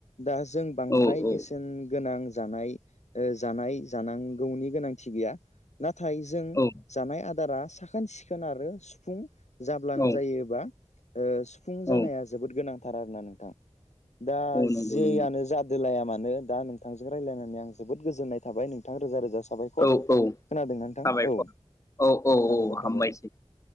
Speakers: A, on the left (about 80°); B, on the left (about 25°).
A: दा जों बांद्राय
B: औ औ
A: बेसेन गोनां जानाय ओ जानाय जानांगौनि गोनांथि थि गैया ना नाथाय जों
B: औ
A: जानाय आदारा साखोन सिखोन आरो सुफुं जाब्लानो
B: औ
A: जायोबा। ओ सुफुं जानाया
B: औ
A: जोबोद गोनां थारार होननानै दा दा
B: औ नंगौ
A: जेयानो
B: नंगौ
A: जा दोलाया मानो दा नोंथांजों रायज्लायनानैं जोबोद गोजोननाय थाबाय नोंथां रोजा रोजा साबायखर
B: औ औ
A: खोनादोंना नोंथां
B: साबायखर
A: औ
B: औ औ
A: साबायखर
B: औ हामबायसै।
A: थाबाय